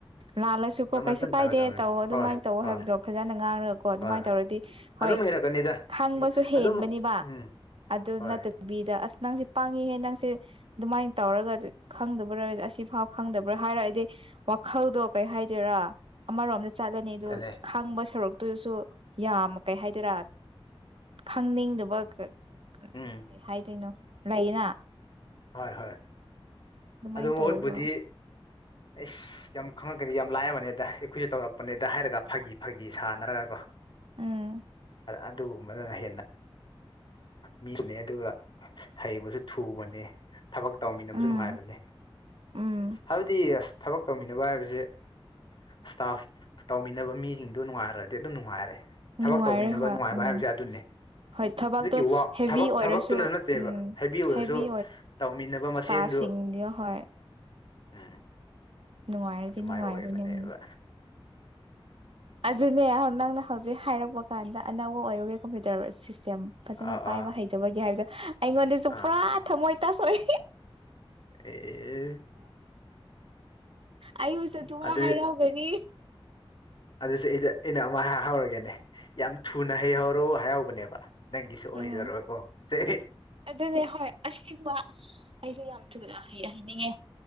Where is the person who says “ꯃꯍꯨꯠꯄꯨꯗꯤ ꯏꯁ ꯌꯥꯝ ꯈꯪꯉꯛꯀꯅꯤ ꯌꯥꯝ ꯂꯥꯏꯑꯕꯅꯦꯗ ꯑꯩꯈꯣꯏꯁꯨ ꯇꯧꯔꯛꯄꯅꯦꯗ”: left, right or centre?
Left